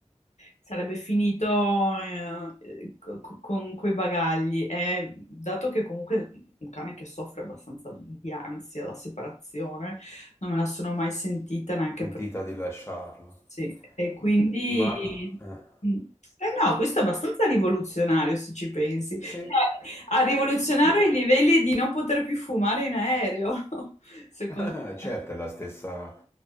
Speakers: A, on the left; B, on the left.
A: sarebbe finito eh, co- co- con quei bagagli. E dato che comunque è un cane che soffre abbastanza di ansia da separazione, non me la sono mai sentita neanche
B: Sentita
A: per
B: di lasciarlo.
A: sì, e quindi...
B: M- Ma... eh,
A: Mm. Eh no, questo è abbastanza rivoluzionario se ci pensi.
B: sì.
A: Cioè, a rivoluzionare
B: Ma
A: i livelli di non poter più fumare in aereo, <laughs> secondo
B: Ah,
A: me.
B: Certo, è la stessa,